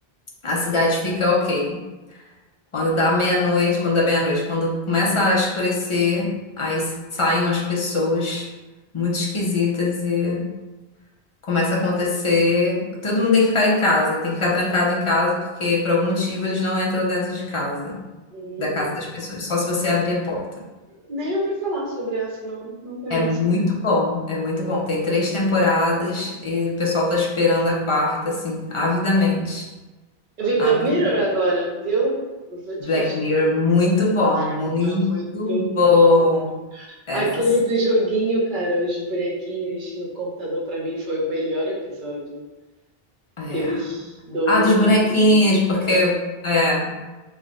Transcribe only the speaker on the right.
Hum,
nem ouvi falar sobre essa, não. Não conheço.
Eu vi Black
Mirror agora, viu? Os últimos.
Caraca,
muito
bom.
Aquele do joguinho, cara, os bonequinhos no computador, pra mim foi o melhor episódio.
que eles dominam.
né?